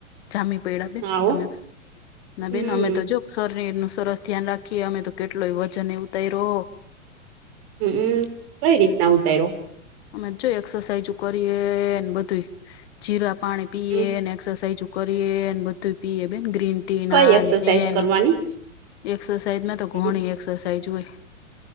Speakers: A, on the left; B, on the right.
A: જામી પૈડા બેન
B: આવો
A: તમે. ના
B: હમ
A: બેન અમે તો જો- શરીર નું સરસ ધ્યાન રાખીએ અમે તો, કેટલોય વજન ઉતાયરો.
B: હમમ! કઈ રીતના ઉતારીયો?
A: અમે તો જો એક્સરસાઇઝ કરીએ ને બધું જીરા પાણી પીએ
B: હમ
A: ને એક્સરસાઇઝુ... કરીએ એને બધુંય પીયે બેન ગ્રીન.
B: કઈ
A: ના આ
B: એક્સરસાઇઝ
A: ન તેને
B: કરવાની
A: એક્સરસાઇઝ માં તો
B: હમ
A: ઘણી એક્સરસાાઈઝ હોય-